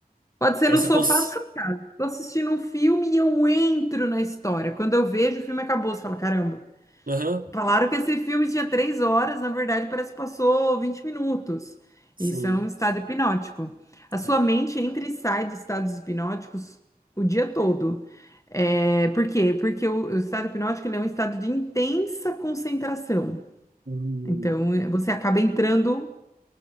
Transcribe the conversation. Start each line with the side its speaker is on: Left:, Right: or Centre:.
Left: Pode ser
Right: essa
Left: no sofá
Right: cons...
Left: do seu casa. Tô assistindo um filme e eu entro na história. Quando eu vejo, o filme acabou. Você fala, caramba,
Right: Aham.
Left: falaram que esse filme tinha três horas, na verdade parece que passou 20 minutos.
Right: Sim.
Left: Isso é um estado hipnótico. A sua
Right: Ah,
Left: mente entra e sai de estados hipnóticos o dia todo. É, por quê? Porque o, o estado hipnótico ele é um estado de intensa concentração.
Right: hum.
Left: Então, eh, você acaba entrando